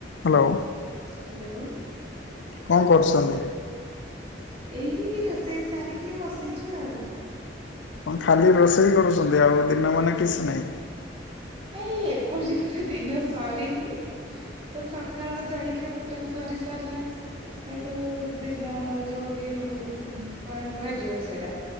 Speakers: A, on the left; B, on the right.
A: ହ୍ୟାଲୋ।
B: ହ୍ୟାଲୋ।
A: କଣ କରୁଛନ୍ତି?
B: ଏଇ ରୋଷେଇ ସାରିକି ବସିଛୁ ଆଉ।
A: ହଁ ଖାଲି ରୋଷେଇ କରୁଛନ୍ତି ଆଉ ଦିନ ମାନେ କିଛି ନାହିଁ?
B: ନାଇଁ ଏପର୍ଯ୍ୟନ୍ତ ଦିନ ସରିନି। ତ ସକାଳ ଜଳଖିଆ ପତ୍ର ସରି ସାରିଲା। ସେଇଠୁ ଦିନ ଯୋଉ ଦି କଣ କୁହାଯିବ ସେଇଟା